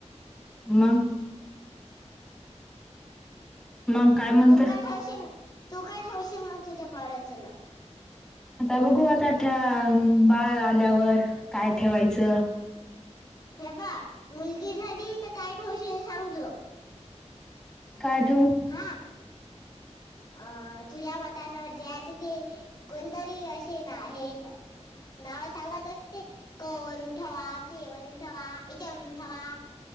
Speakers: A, in the centre; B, on the left (about 35°).
A: मग. मग काय म्हणत
B: तू काय ठेवशिल? तू काय ठेवशील मग तुझ्या बाळाचं नाव?
A: आता बघू आता बाळ आल्यावर काय ठेवायचं.
B: हे बा मुलगी झाली तर काय ठेवशील सांगजो?
A: काय ठेऊ?
B: हा अ तुझ्या मतानं ज्याच ते. कोनतरी असे नाही आहे. नाव सांगत असते क वरून ठेवा, की वरून ठेवा, याच्यावरून ठेवा